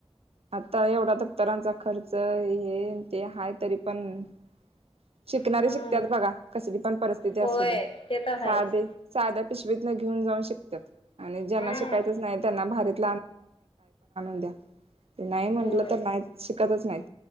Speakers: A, on the right; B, on the left.
A: आता एवढा दफ्तरांचा खर्च? हे ते हा, तरी पण - शिकणारी
B: हम्म
A: शिकत्याता बघा. कसली पण परिस्थिती असू
B: होय
A: दे.
B: ते तर आहेच
A: साधे - साध्या पिशवीत न घेऊन जाऊन शकत्यात. आणि ज्यांना
B: हम्म
A: शिकायचंच नाही, त्यांना भारत - <unintelligible> ते नाही म्हटलं,
B: होय
A: तर नाहीच शिकतच नाहीत.